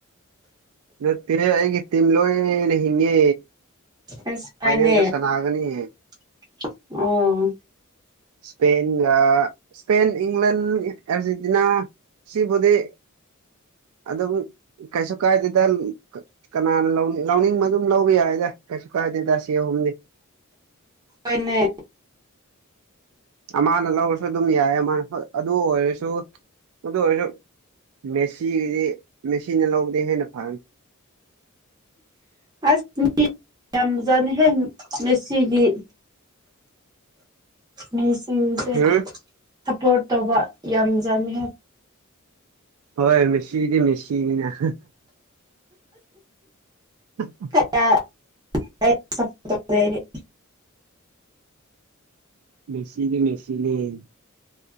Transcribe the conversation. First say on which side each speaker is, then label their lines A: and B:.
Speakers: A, on the right; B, on the right.
A: ꯅꯠꯇꯦ ꯑꯩꯒꯤ ꯇꯤꯝ ꯂꯣꯏꯅ ꯍꯤꯡꯉꯦ
B: ꯑꯁ ꯍꯣꯏꯅꯦ
A: ꯄꯥꯏꯅꯦꯗ ꯁꯅꯥꯒꯅꯤ
B: ꯑꯣ
A: ꯏꯁꯄ ꯁꯄꯦꯟ ꯏꯪꯂꯪꯂꯦꯟ ꯑꯔꯖꯦꯟꯇꯤꯅꯥ ꯁꯤꯕꯨꯗꯤ ꯑꯗꯨꯝ ꯀꯩꯁꯨ ꯀꯥꯏꯗꯦꯗ ꯀꯅꯥꯅ ꯂꯧꯅꯤꯡ ꯂꯧꯅꯤꯡꯕ ꯑꯗꯨꯝ ꯂꯧꯕ ꯌꯥꯏꯗ ꯀꯩꯁꯨ ꯀꯥꯏꯗꯦ ꯗꯁꯤ ꯑꯍꯨꯝꯗꯤ
B: ꯍꯣꯏꯅꯦ
A: ꯑꯃꯅ ꯂꯧꯔꯁꯨ ꯑꯗꯨꯝ ꯌꯥꯏ ꯑꯃꯅ ꯍꯣꯏ ꯑꯗꯨ ꯑꯣꯏꯔꯁꯨ ꯑꯗꯨ ꯑꯣꯏꯔꯁꯨ ꯃꯦꯁꯤꯤꯒꯤꯗꯤ ꯃꯦꯆꯤꯅ ꯂꯧꯕꯗꯤ ꯍꯦꯟꯅ ꯐꯔꯅꯤ
B: ꯑꯁ ꯌꯝꯖꯅ ꯍ ꯃꯦꯁꯤꯒꯤ ꯃꯤꯁꯤꯡꯁꯦ
A: ꯎꯝ
B: ꯁꯞꯄꯣꯔꯠ ꯇꯧꯕ ꯌꯥꯝꯖꯅꯤ
A: ꯍꯣꯏ ꯃꯦꯁꯤꯗꯤ ꯃꯦꯁꯤꯅꯤꯅꯦ <inaudible>
B: <unintelligible>
A: ꯃꯦꯁꯤꯅꯦ ꯃꯦꯁꯤꯅꯦ